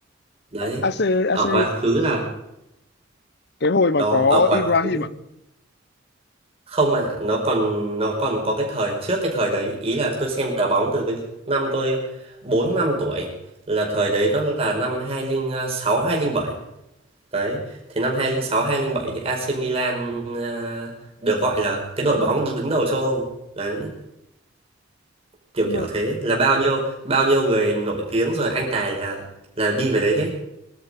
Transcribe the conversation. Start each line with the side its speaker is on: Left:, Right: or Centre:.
Right: đấy
Left: AC
Right: ở
Left: AC
Right: quá khứ là
Left: cái hồi mà
Right: đó
Left: có
Right: ở quá
Left: Ibrahim
Right: khứ
Left: à
Right: không mà nó còn nó còn có cái thời trước cái thời đấy ý là tôi xem đá bóng từ cái năm tôi 4 năm tuổi là thời đấy nó là năm 2006 bảy Đấy, thì năm 2006 bảy thì AC Milan à, được gọi là cái đội bóng đứng đầu châu Âu. Đấy, kiểu
Left: nhưng
Right: kiểu
Left: mà
Right: thế là bao nhiêu bao nhiêu người nổi tiếng rồi anh tài là là đi về đấy hết.